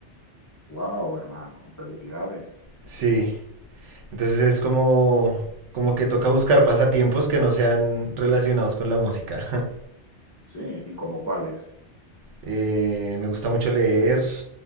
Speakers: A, on the left (about 25°); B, on the right (about 80°).
A: wow, hermano, felicidades.
B: Sí. Entonces es como, como que toca buscar pasatiempos que no sean relacionados con la música. <laughs>
A: Sí, ¿y como cuáles?
B: Eh, me gusta mucho leer.